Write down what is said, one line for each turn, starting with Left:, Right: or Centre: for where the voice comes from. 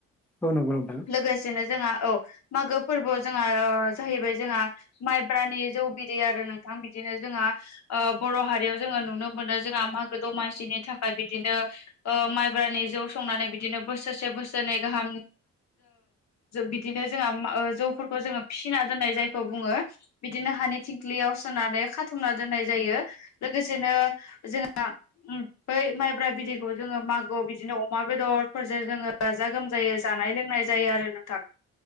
Centre: औ नंगौ नोंथां
Left: लोगोसेनो जोंहा औ। मागो फोरबोआव जोंहा जाहैबाय जोंहा माइब्रानि जौ बिदै आरो नोंथां बिदिनो जोंहा बर' हारियाव जोङो नुनो मोनो जोंहा मागो दमासिनि थाखाय बिदिनो माइब्रानि जौ संनानै बिदिनो बोसोरसे बोसोरनै गाहाम बिदिनो जोंहा जौफोरखौ जोङो फिसिना दोननाय जायखौ बुङो बिदिनो हानि थिंख्लियाव सोनानै खाथुमना दोननाय जायो। लोगोसेनो जोंहा ओमफै माइब्रा बिदैखौ जोङो मागो बिदिनो अमा बेदरफोरजों जोङो गाजा गोमजै जानाय लोंनाय जायो आरो नोंथां